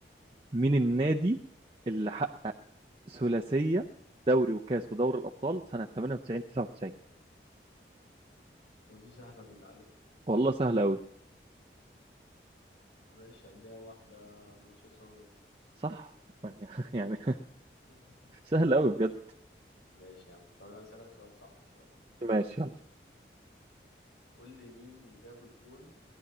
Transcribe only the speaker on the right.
مين النادي اللي حقق ثلاثية دوري وكاس ودوري الأبطال سنة 98 99
والله سهل أوي
صح <laughs> يعني
سهل أوي بجد
ماشي يلا